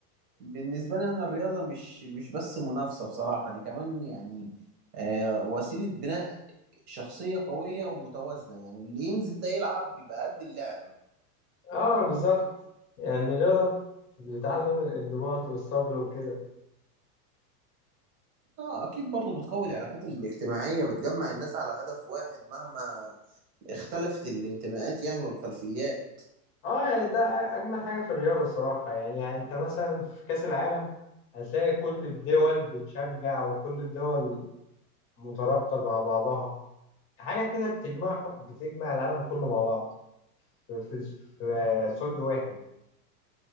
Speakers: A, on the right; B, on the left.
A: بالنسبة لي انا الرياضة مش مش بس منافسة بصراحة دي كمان يعني آه وسيلة بناء شخصية قوية ومتوازنة يعني اللي ينزل ده يلعب بيبقى قد اللعبة
B: اه بالظبط يعني الرياضة بتعلم الانضباط والصبر وكده
A: اه اكيد برضو بتقوي العلاقات الاجتماعية بتجمع الناس على هدف واحد مهما اختلفت الانتماءات يعني والخلفيات
B: اه يعني ده أجمل حاجة في الرياضة الصراحة يعني أنت مثلا في كأس العالم هتلاقي كل الدول بتشجع وكل الدول مترابطة مع بعضها حاجة كده بتجمع بتجمع العالم كله مع بعض في في في استوديو واحد